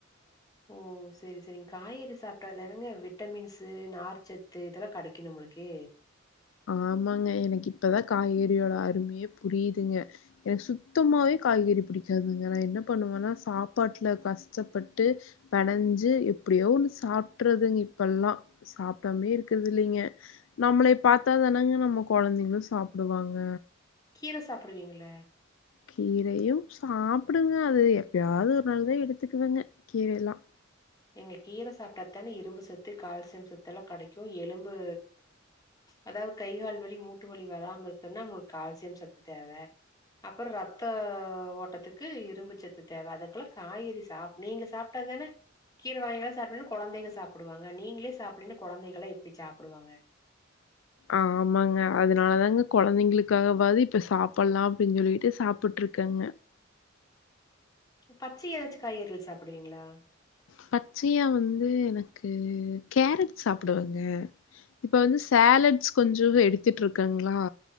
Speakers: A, on the left (about 20°); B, on the left (about 70°).
A: ஓ செரி செரிங் காய்கறி சாப்ட்டாதானங்க விட்டமின்ஸ் தூ நார்ச்சத்து இதல்லா கடைக்கு நம்மளுக்கு
B: ஆமாங்க எனக்கு இப்பதா காய்கறியோட அரும்யே புரிய்துங்க எனக்க சுத்தமாவே காய்கறி புடிக்காதுங்க நா என்ன பண்ணுவன்னா சாப்பாட்ல கஸ்ட்டப்பட்டு பெனஞ்சு எப்டியோ ஒன்னு சாப்ட்டறதுங் இப்பல்லா சாப்டாம்யே இருக்கற்து இல்லிங்க நம்மளே பாத்தாாதானாங்க நம்ம கொழந்தைங்ளு சாப்டுவாங்க
A: கீர சாப்டுவீங்ள
B: கீரையு சாப்டுங்க அது எப்பயாவது ஒரு நாள் தா எடுத்துக்குவேங்க கீரைய எல்லா
A: எங்க கீர சாப்டா தான இரும்பு சத்து கால்சியம் சத்து எல்லா கெடைக்குஎலும்பு அதாவது கை கால் வலி மூட்டு வலி வராம இருக்குன்னா நம்ளுக்கு கால்சியம் சத்து தேவ அப்ரோ ரத்த ஓட்டத்துக்கு இரும்புச்சத்து தேவ அதுக்குள்ள காய்கறி சாப் நீங்க சாப்டா தான கீர வகைகள்ள சாப்டாதான கொழந்தய சாப்டுவாங்க நீங்களே சாப்பிடுன்னு கொழந்தைகள்ளா எப்டி சாப்டுவாங்க
B: ஆமாங்க அதனால தாங்க கொழந்தைங்களுக்காகவது இப்ப சாப்லா அப்டின்னு சொல்லிட்டு சாப்டு இருக்கங்க
A: பச்சயா ஏதாச்சும் காய்றிகள் சாப்டுவீங்ளா
B: பச்சையா வந்து எனக்கு கேரட் சாப்டுவங்க இப்ப வந்து சேலட்ஸ் கொஞ்சோ எடுத்துட்டு இருக்காங்ளா